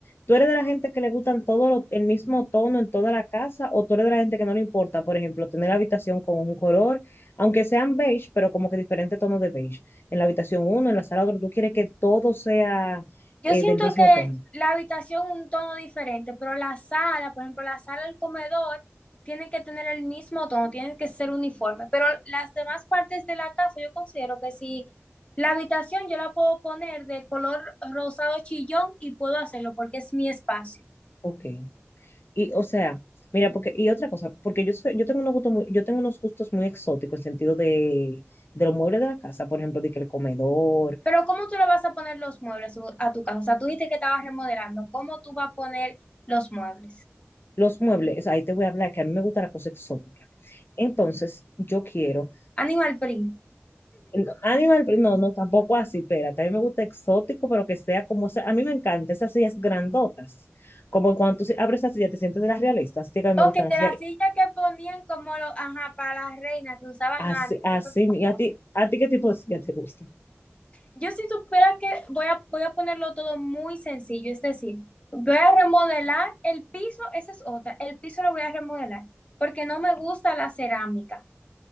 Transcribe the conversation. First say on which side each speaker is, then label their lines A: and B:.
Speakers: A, on the left (about 50°); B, on the left (about 25°).
A: ¿tú eres de la gente que le gustan todo lo- el mismo tono en toda la casa o tú eres de la gente que no le importa, por ejemplo, tener la habitación con un color, aunque sean beige, pero como que diferente tono de beige? En la habitación uno, en la sala otro, tú quieres que todo sea
B: Yo
A: eh,
B: siento
A: del mismo
B: que
A: tono.
B: la habitación un tono diferente, pero la sala, por ejemplo, la sala del comedor, tienen que tener el mismo tono, tienen que ser uniforme, pero las demás partes de la casa yo considero que si la habitación yo la puedo poner de color rosado chillón y puedo hacerlo porque es mi espacio.
A: Ok. Y, o sea, mira, porque, y otra cosa, porque yo, soy- yo tengo unos gustos muy, yo tengo unos gustos muy exóticos en sentido de, de los muebles de la casa, por ejemplo, de que el comedor,
B: Pero ¿cómo tú le vas a poner los muebles u- a tu casa? O sea, tú dijiste que estabas remodelando. ¿Cómo tú vas a poner los muebles?
A: los muebles, ahí te voy a hablar que a mí me gusta la cosa exótica. Entonces, yo quiero
B: Animal print.
A: en- animal, print, no, no, tampoco así, espérate, a mí me gusta exótico, pero que sea como, esa- a mí me encantan esas sillas grandotas, como cuando tú se- abres esa silla, te sientes de las realistas, Tío, que a mí
B: Ok,
A: me gustan las
B: de
A: sillas
B: las sillas que ponían como los, ajá, para las reinas que usaban
A: así,
B: antes,
A: así,
B: súper
A: y
B: famosas.
A: a ti, ¿a ti qué tipo de silla te gusta?
B: Yo si supiera que voy a, voy a ponerlo todo muy sencillo, es decir, voy a remodelar el piso, esa es otra, el piso lo voy a remodelar porque no me gusta la cerámica.